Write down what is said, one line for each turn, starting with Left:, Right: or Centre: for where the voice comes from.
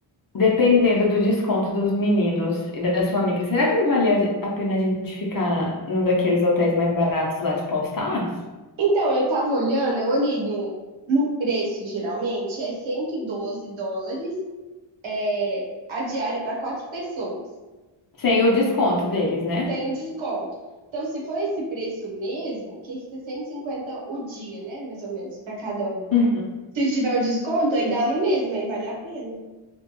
Left: Dependendo do desconto dos meninos e da sua amiga, será que não valia a pena a gente ficar num daqueles hotéis mais baratos lá de Paul Stars?
Right: Então, eu tava olhando, eu olhei no, no preço, geralmente, é 112 dólares é, a diária para quatro pessoas.
Left: Sem o desconto deles, né?
Right: Tem o desconto. Então, se for esse preço mesmo, que fica 150 o dia, né? Mais ou menos, para cada um.
Left: Uhum.
Right: Se tiver o desconto, aí dá no mesmo, aí vale a pena.